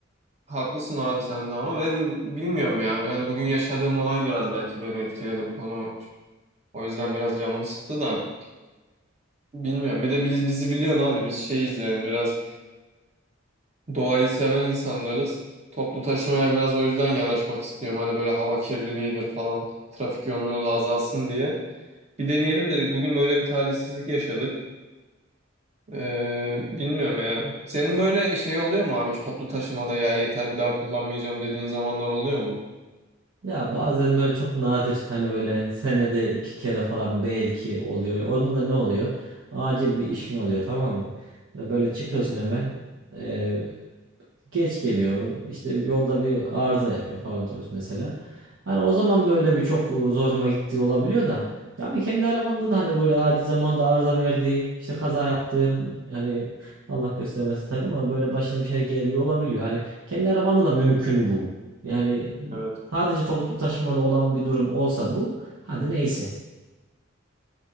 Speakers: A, on the right; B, on the right.
A: haklısın abi sen de ama benim bilmiyorum ya. Yani bugün yaşadığım olay biraz belki beni etkiledi bu konu. O yüzden biraz canımı sıktı da bilmiyorum. Bir de biz bizi biliyorsun abi biz şeyiz yani biraz Doğayı seven insanlarız. Toplu taşımaya biraz o yüzden yanaşmak istiyorum. Hani böyle hava kirliliğidir falan. Trafik yoğunluğu da azalsın diye. Bir deneyelim dedik. Bugün böyle bir talihsizlik yaşadık. Ee, bilmiyorum ya. Senin böyle şey oluyor mu abi? Hiç toplu taşımada ya yeter bir daha kullanmayacağım dediğin zamanlar oluyor mu?
B: Ya bazen böyle çok nadir hani böyle senede iki kere falan belki oluyor. Onda da ne oluyor? Acil bir işin oluyor tamam mı? E, Böyle çıkıyorsun hemen. e, geç geliyor. İşte yolda bir arıza yapıyor falan otobüs mesela. Hani o zaman böyle bir çok e, zoruma gittiği olabiliyor da. Ya ama kendi arabanda da hani böyle acil zamanda arıza verdiği, işte kaza yaptığın yani Allah göstermesin tabii ama böyle başına bir şey geldiği olabiliyor. Hani kendi arabanda da mümkün bu. Yani
A: Evet.
B: sadece toplu taşımada olan bir durum olsa bu hadi neyse.